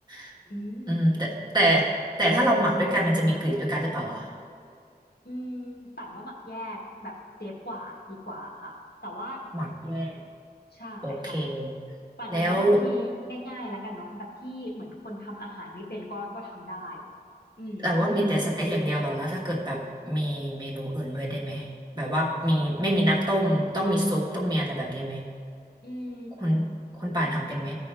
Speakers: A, on the right; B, on the left.
A: ๆอืมแต่แต่
B: อืม
A: แต่ถ้าเราหมักด้วยกันมันจะมีกลิ่นด้วยกันหรือเปล่าอ่ะ
B: อืมป่านว่าหมักแยกแบบเซฟกว่าดีกว่าค่ะแต่ว่า
A: หมักแยก
B: ใช่ค่ะ
A: โอเค
B: ป่านจะแนะนำวิธี
A: แล้ว
B: ง่ายๆแล้วกันเนาะแบบที่เหมือนคนทำอาหารไม่เป็นก็ก็ทำได้อืม
A: แต่ว่ามีแต่สเต็กอย่างเดียวเหรอแล้วถ้าเกิดแบบมีเมนูอื่นด้วยได้ไหมแบบว่ามีไม่มีน้ำต้มต้องมีซุปต้องมีอะไรแบบนี้ไหม
B: อืม
A: คุณคุณป่านทำเป็นไหม